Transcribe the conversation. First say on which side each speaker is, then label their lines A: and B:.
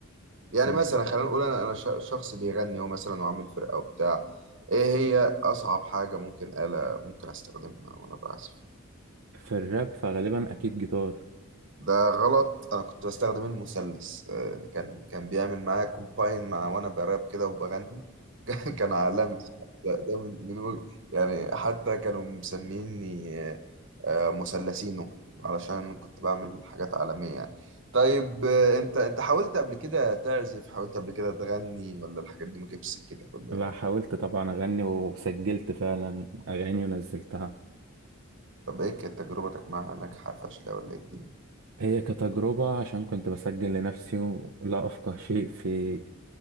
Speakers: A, on the right; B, on the right.
A: يعني
B: مم.
A: مثلا خلينا نقول أنا أنا ش- شخص بيغني هو مثلا وعامل فرقة وبتاع إيه هي أصعب حاجة ممكن آلة ممكن أستخدمها وأنا بعزف
B: في الراب فغالبا أكيد جيتار
A: ده غلط انا كنت بستخدم المثلث آه، كان كان بيعمل معايا كومباين مع وانا براب كده وبغني <laughs> كان عالمي ده ده من من وج- يعني حتى كانوا مسميني آه، آه، مثلثينو علشان كنت بعمل حاجات عالمية يعني طيب آه، انت انت حاولت قبل كده تعزف حاولت قبل كده تغني ولا الحاجات دي ما كانتش سكتك ولا
B: بقى
A: ايه
B: حاولت طبعا أغني وسجلت فعلا أغاني ونزلتها
A: طب ايه كانت تجربتك معاها ناجحة فاشلة ولا ايه الدنيا
B: هي كتجربة عشان كنت بسجل لنفسي ولا أفقه شيء في